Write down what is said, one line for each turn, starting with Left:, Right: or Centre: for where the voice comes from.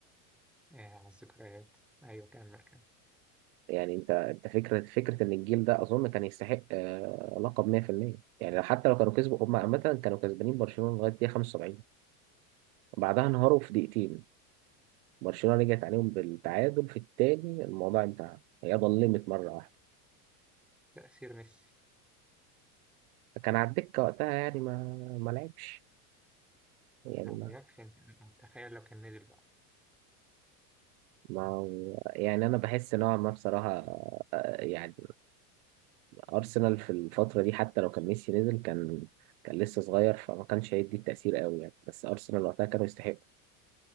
Centre: آه، على الذكريات أيوة كمل كمل
Right: يعني انت انت فكرة فكرة ان الجيل ده اظن كان يستحق آه، لقب 100% يعني لو- حتى لو كانوا كسبوا هم عامة كانوا كسبانين برشلونة لغاية دقيقة 75 بعدها انهاروا في دقيقتين برشلونة رجعت عليهم بالتعادل في التاني الموضوع انتهى هي ظلمت مرة واحدة
Centre: تأثير ميسي
Right: فكان على الدكة وقتها يعني ما ما لعبش يعني
Centre: ما غيركش أنت متخيل لو كان نزل بقى
Right: ما هو- يعني انا بحس نوعا ما بصراحه آه، يعني ارسنال في الفتره دي حتى لو كان ميسي نزل كان كان لسه صغير فما كانش هيدي التاثير قوي يعني بس ارسنال وقتها كانوا يستحقوا